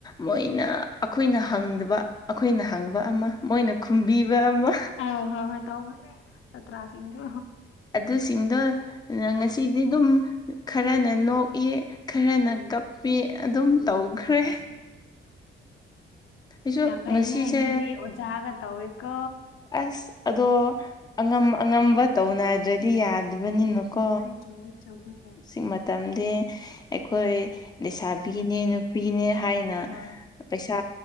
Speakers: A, on the left; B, on the left.
A: ꯃꯣꯏꯅ ꯑꯩꯈꯣꯏꯅ ꯍꯪꯗꯕ ꯑꯩꯈꯣꯏꯅ ꯍꯪꯕ ꯑꯃ ꯃꯣꯏꯅ ꯈꯨꯝꯕꯤꯕ ꯑꯃ
B: ꯍꯣ ꯍꯣ ꯍꯣꯏ ꯇꯧꯕꯅꯦ ꯁꯥꯇ꯭ꯔꯁꯤꯡꯗꯣ
A: ꯑꯗꯨꯁꯤꯡꯗꯣ ꯉꯁꯤꯗꯤ ꯑꯗꯨꯝ ꯈꯔꯅ ꯅꯣꯛꯏ ꯈꯔꯅ
B: ꯎꯝ
A: ꯀꯞꯄꯤ ꯑꯗꯨꯝ
B: ꯎꯝ
A: ꯇꯧꯈ꯭ꯔꯦ꯫ ꯑꯩꯁꯨ
B: ꯌꯥꯝ ꯐꯥꯏꯅꯦ
A: ꯉꯁꯤꯁꯦ
B: ꯃꯤꯃꯤꯗꯤ ꯑꯣꯖꯥꯒ ꯇꯧꯋꯤꯀꯣ꯫
A: ꯑꯁ ꯑꯗꯣ ꯑꯉꯝ ꯑꯉꯝꯕ ꯇꯧꯅꯗ꯭ꯔꯗꯤ ꯌꯥꯗꯕꯅꯤꯅꯀꯣ꯫
B: ꯆꯨꯃꯤ ꯆꯨꯃꯦ ꯍꯣꯏ꯫
A: ꯍꯧꯖꯤꯛ ꯃꯇꯝꯗꯤ ꯑꯩꯈꯣꯏ
B: ꯎꯝ
A: ꯂꯩꯁꯥꯕꯤꯅꯦ ꯅꯨꯄꯤꯅꯦ ꯍꯥꯏꯅ
B: ꯍꯣꯏ ꯍꯣꯏ
A: ꯄꯩꯁꯥ